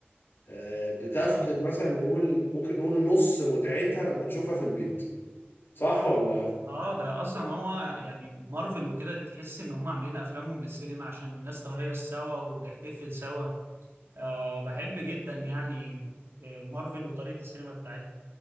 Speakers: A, on the left; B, on the right.
A: آه، بتفقد مثلا نقول ممكن نقول نص متعتها لما تشوفها في البيت صح ولا
B: اه ده اصلا هو يعني مارفل وكده دي تحس ان هم عاملين افلامهم للسينما عشان الناس تهيص سوا وتحتفل سوا أه بحب جدا يعني آه، مارفل وطريقة السينما بتاعتها